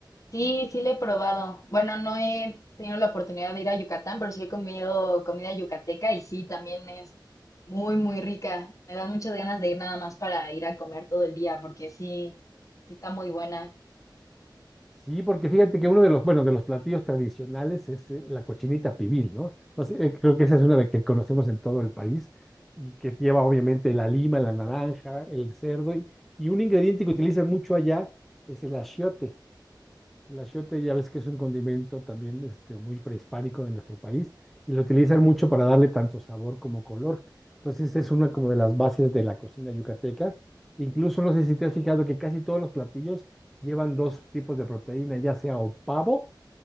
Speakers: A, on the left; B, in the centre.
A: Sí, sí le he probado. Bueno, no he tenido la oportunidad de ir a Yucatán, pero sí he comido comida yucateca y sí, también es muy, muy rica. Me dan muchas ganas de ir nada más para ir a comer todo el día, porque sí, sí está muy buena.
B: Sí, porque fíjate que uno de los, bueno, de los platillos tradicionales es eh, la cochinita pibil, ¿no? Entonces, eh, creo que esa es una de que conocemos en todo el país y que lleva obviamente la lima, la naranja, el cerdo y, y un ingrediente que utilizan mucho allá es el achiote. El achiote ya ves que es un condimento también este, muy prehispánico de nuestro país y lo utilizan mucho para darle tanto sabor como color. Entonces es una como de las bases de la cocina yucateca. Incluso no sé si te has fijado que casi todos los platillos llevan dos tipos de proteína, ya sea o pavo